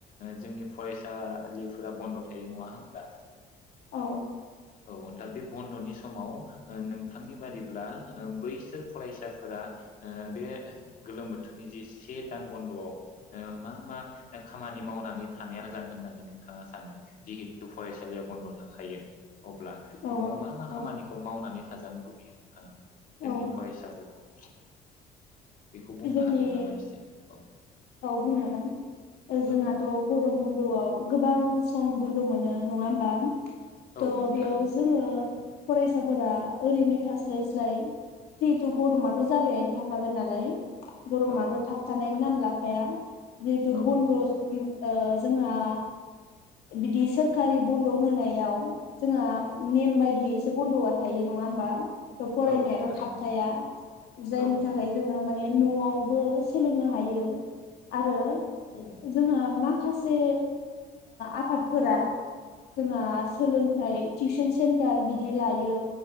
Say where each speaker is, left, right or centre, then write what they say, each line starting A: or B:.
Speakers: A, on the left; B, on the left.
A: जोंनि फरायसा आ <unintelligible> फोरा बन्द थायो नङा होनबा।
B: औ।
A: औ दा बे बन्द नि समाव नोंथांनि बादिब्ला ओ बैसोर फरायसाफोरा ओ बे गोलोम बोथोरनि जे से दान बन्दआव ओ मा मा खामानि मावनानै थानाया मोजां होननानै नोंथाङा सानो जिहेतु फरायसालिया बन्द थाखायो अब्ला
B: औ
A: नआव मा मा खामानिखौ
B: औ
A: मावनानै थाजानो लुबैयो? हो जोंनि
B: औ
A: फरायसाफोरखौ बेखौ बुंनो
B: जोंनि
A: हागोन नामा एसे औ
B: औ बुंनो हागोन जोंहाथ
A: औ
B: गरम। बन्दआव गोबां सम बन्द मोनो नङा होमबा थ
A: औ
B: बेयाव
A: थारैनो
B: जोङो फरायसाफोरा ओरैनो थास्लायस्लाय जिहेथु गरमाथ जाबायानो थाखागोन नालाय। गरमाथ
A: औ
B: थाब थानायनि नाम ला हाया। जिहेथु
A: औ
B: बन्द
A: औ
B: <inaudible> ओ जोंहा बिदि सोरखारि बन्द होनायाव जोंहा नेम बायदियैसो बन्द आ थायो नङा होमबा। फरायनायाथ
A: औ थारैनो
B: थाबथाया जायनि
A: औ
B: थाखाय
A: औ
B: जोंङो माने नआवबो सोलोंनो हायो आरो
A: औ
B: जोंहा मा- खासे आफादफोरा जोंहा सोलोंथाइ‌। टिउसन सेन्टार बिदि लायो।